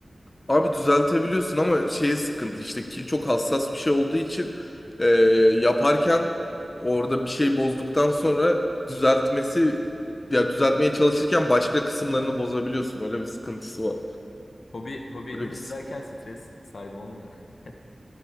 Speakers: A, on the left; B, on the left.
A: e,
B: Abi düzeltebiliyorsun ama şey sıkıntı işte kil çok hassas bir şey olduğu için e, yaparken orada bir şey bozduktan sonra düzeltmesi ya düzeltmeye çalışırken başka kısımlarını bozabiliyorsun. Öyle bir sıkıntısı var.
A: hobi hobi edinin
B: Öyle bir sık-
A: derken stres sahibi olmuyor. <laughs>